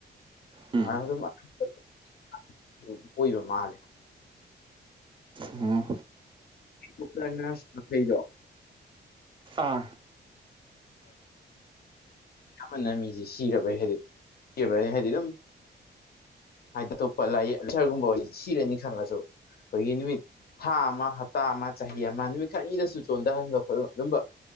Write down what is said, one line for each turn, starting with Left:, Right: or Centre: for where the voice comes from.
Right: ꯎꯝ
Left: ꯑꯗꯨ ꯑꯗꯨꯝ ꯀꯣꯏꯕ ꯃꯥꯂꯦ
Right: ꯎꯝ
Left: ꯄꯁ ꯊꯩꯗꯣ
Right: ꯑꯥ
Left: ꯑ ꯅ ꯃꯤꯁꯤ ꯁꯤꯔꯕꯩ ꯍꯥꯏꯗꯤ ꯁꯤꯩ ꯍꯥꯏꯗꯤ ꯑꯗꯨꯝ ꯍꯥꯏꯗꯤ ꯑꯇꯣꯞꯄ ꯂꯥꯏ ꯁꯔꯒꯨꯝꯕ ꯑꯣꯏ ꯁꯤꯔꯅꯤ ꯈꯪꯉꯁꯨ ꯑꯩꯈꯣꯏꯒꯤ ꯅꯨꯃꯤꯠ ꯊꯥ ꯑꯃ ꯍꯞꯇꯥ ꯑꯃ ꯆꯍꯤ ꯑꯃ ꯅꯨꯃꯤꯠ ꯈꯔꯅꯤꯗꯁꯨ ꯆꯣꯟꯊꯍꯟꯕ ꯑꯗꯨꯝꯕ